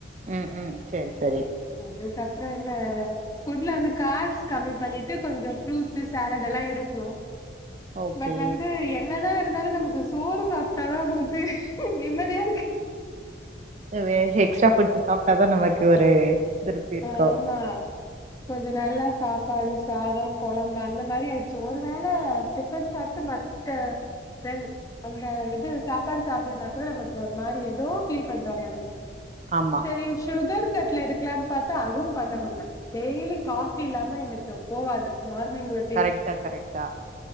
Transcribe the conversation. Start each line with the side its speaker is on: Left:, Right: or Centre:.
Right: ம் ம் செரி செரி
Left: அதுக்கப்பற என்ன வேற ஃபுட்ல வந்து கார்ப்ஸ் கம்மி பண்ணிட்டு கொஞ்சோ ஃப்ரூட்ஸ் சாலட் எல்லா எடுக்கணு
Right: ஓகே
Left: ஃபட் வந்து என்னதா இருந்தாலு நமக்கு சோறு சாப்டாதா வந் நிம்மதியாருக்கு
Right: அது எக்ஸ்ட்ரா ஃபுட்ஸ் சாப்டாதா நமக்கு ஒரு திருப்தி இருக்கு
Left: ஆமா கொஞ்சோ நல்லா சாப்பாடு சாத கொழம்பு அந்த மாதிரி ஆயிடுச்சு ஒருவேள டிஃபன் சாப்ட்டு மத் க தென் ம்ச் அந்த இது சாப்பாடு சாப்பிடுனா கூட நமக்கு ஒரு மாரி ஏதோ ஃபீல் பண்ற மாரி இருக்கு
Right: ஆமா
Left: செரி சுகர் கட்ல எடுக்கலானு பாத்தா தா அதுவு பண்ண முடில டெய்லி காபி இல்லாம எனக்கு போகாது மார்னிங் வந்
Right: கரெக்ட்தா கரெக்ட்தா